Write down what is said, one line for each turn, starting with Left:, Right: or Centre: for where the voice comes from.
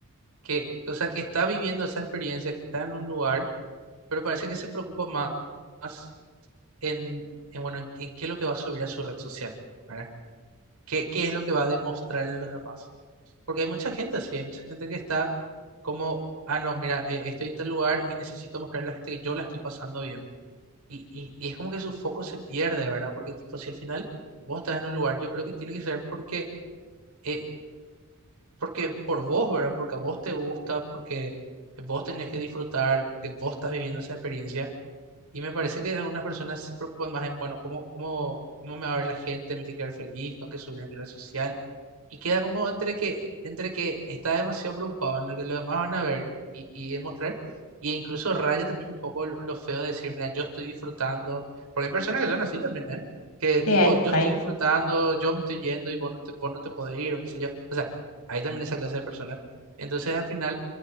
Right: que, o sea, que está viviendo esa experiencia, que está en un lugar, pero parece que se preocupa más, más en, en, bueno, en, en qué es lo que va a subir a su red social, ¿verdad? ¿Qué, qué es lo que va a demostrarle a los demás? Porque hay mucha gente así, hay mucha gente que está como, ah, no, mira, eh, estoy en tal lugar y necesito mostrarle a la gente que yo la estoy pasando bien Y, y, y es como que su foco se pierde, ¿verdad? Porque tipo, si al final vos estás en un lugar, yo creo que tiene que ser porque, eh, porque por vos, ¿verdad? Porque a vos te gusta, porque vos tenés que disfrutar, porque vos estás viviendo esa experiencia. Y me parece que algunas personas se preocupan más en, bueno, ¿cómo, cómo, cómo me va a ver la gente? ¿Me tiene que ver feliz? ¿Tengo que subir a mi red social? y queda como entre que, entre que está demasiado preocupado en lo que los demás van a ver y, y demostrar, y incluso raya también un poco lo, lo feo de decir, mira, yo estoy disfrutando, porque hay personas que son así también, ¿eh? Que tipo,
Left: Sí, ahí,
Right: yo
Left: ahí,
Right: estoy disfrutando, yo me estoy yendo y vos no te, vos no te podés ir o qué sé yo. O sea, hay también esa clase de personas. Entonces al final